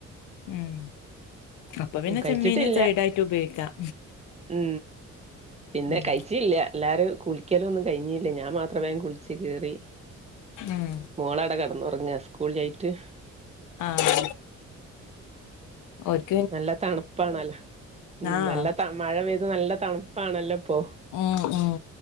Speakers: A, on the left (about 80°); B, on the right (about 20°).
A: ഉം അപ്പൊ പിന്നെ
B: കഴിച്ചിട്ടില്ല
A: ചെമ്മീന് സൈഡായിട്ട് ഉപയോഗിക്കാം
B: ഉം പിന്നെ
A: ഉം
B: കഴിച്ചില്ല എല്ലാരും കുളിക്കലൊന്നും കഴിഞ്ഞില്ല ഞാൻ മാത്രേ വേം കുളിച്ച് കേറി
A: ഉം
B: മോളട കെടന്നുറങ്ങ സ്കൂൾ ഇല്ലായിറ്റ്
A: ആഹ് ഓര്
B: നല്ല തണുപ്പാണല്ലോ ഉം
A: ആഹ്
B: നല്ല ത മഴ പെയ്ത് നല്ല തണുപ്പാണല്ലോ ഇപ്പൊ
A: ഉം ഉം